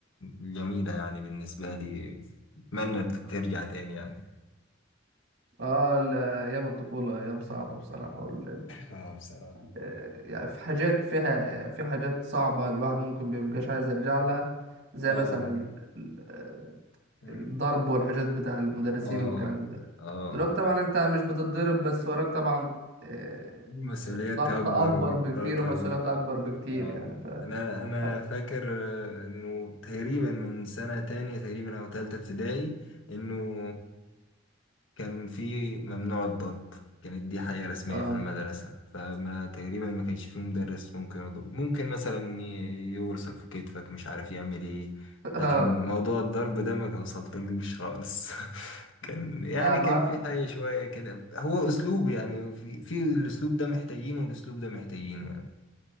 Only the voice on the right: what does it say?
اه ال- ايام الطفوله ايام صعبه بصراحه وال... ال-
آه، يعني في حاجات فيها في حاجات صعبه الواحد ممكن مبيبقاش عايز يرجع لها زي
مثلا ال- ال- آه،
الضرب والحاجات بتاع المدرسين
والكلام ده
دلوقتي طبعا انت مش بتتضرب بس وراك طبعا آه،
آه، ضغط
اكبر
بكتير ومسؤوليات
اكبر بكتير
يعني ف
حت-
اه
<laughs>
آه.
لا ما